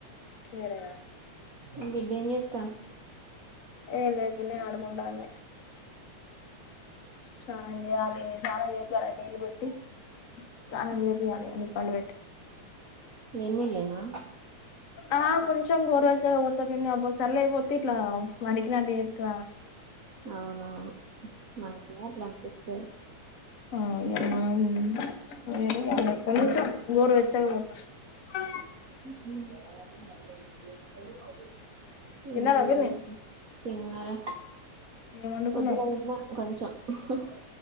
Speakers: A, on the left; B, on the right.
A: వేరేయా
B: <inaudible> ఏం చేత్త
A: నేను లేకనే ఆడుకుంటాంది. స్నానం చెయ్యాలి. స్నానం చేస్తారా నీళ్లు పెట్టీ స్నానం చే చేయాలిగా పండబెట్టి
B: వే న్నీళ్ళేనా
A: ఆ కొంచెం గోరవెచ్చగా పోత్తా పిన్ని అబ్బో చల్లై పోత్తే ఇట్లా వనికినట్టు చేత్త
B: అవునవును మనకు అట్లా అనిపిస్తాది.
A: హ్మ్ ఇయాలా మనం వేరే గల ఆ కొంచెం గోరువెచ్చగా పోత్తా
B: <unintelligible>
A: తిన్నారా
B: ఏం కూర
A: పిన్ని
B: చేసినవ్ తిన్నారా
A: ఏం వండుకున్నారు
B: పొద్దున తిన్న కొంచం హు హు